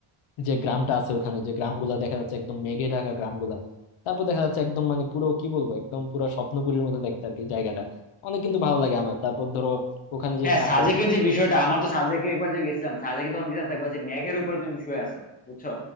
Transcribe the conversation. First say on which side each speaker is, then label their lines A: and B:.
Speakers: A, on the left (about 75°); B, on the left (about 20°).
A: যে গ্রামটা আছে ওখানে যে গ্রামগুলা দেখা যাচ্ছে একদম মেঘে ঢাকা গ্রামগুলা তারপর দেখা যাচ্ছে একদম মানে পুরো কি বলবো একদম পুরো স্বপ্নপুরীর মতো দেখতে আর কি জায়গাটা অনেক কিন্তু ভালো লাগে আমার তারপর ধরো ওখানে যে
B: হ্যাঁ
A: থাকে
B: সাজেকের যে বিষয়টা আমার তো সাজেকে একবার যে গেছিলাম সাজেকে যখন গেছিলাম তো একবার হচ্ছে মেঘের উপরে তুমি শুয়ে আছো বুঝছো